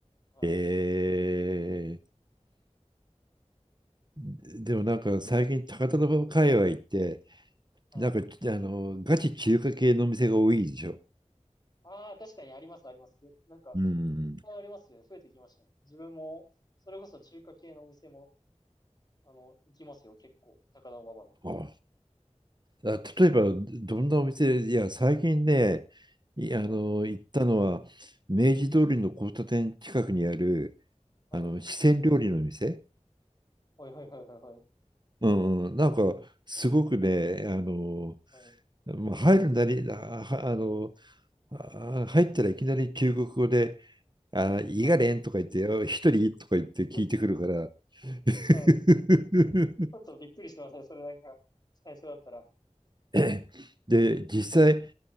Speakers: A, on the left; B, on the right.
A: はい。
B: えー、でもなんか最近、高田馬場界隈って、
A: はい。はい。
B: なんか、あの、ガチ中華系のお店が多いでしょ。
A: ああ、確かにあります、あります。なんか、
B: うん。
A: いっぱいありますよね。増えてきましたね。自分も、それこそ中華系のお店も、あの、行きますよ、結構。高田馬場の。
B: あ、あ、例えば、どんなお店、いや、最近ね、いあの、
A: はい。
B: 行ったのは、明治通りの交差点近くにある、
A: はい。はい。
B: あの、四川料理の店。
A: はい、はい、はい、はい。
B: うんうん、なんか、すごくね、あの、
A: はい。
B: まあ、入るなり、あ、はあの、あ入ったらいきなり中国語で、あ、いがれんとか言って、
A: はい。はい。
B: あ一人とか言って聞いてくるから、
A: <laughs>
B: <laughs>
A: はいちょっとびっくりしますね。それなんか、最初だったら。
B: <clears throat> <laughs> で、実際、